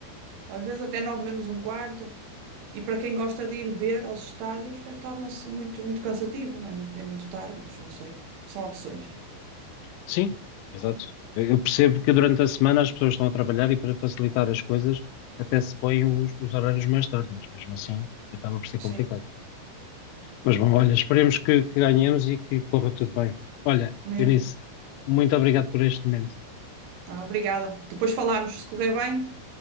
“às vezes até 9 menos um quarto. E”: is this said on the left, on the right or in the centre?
Right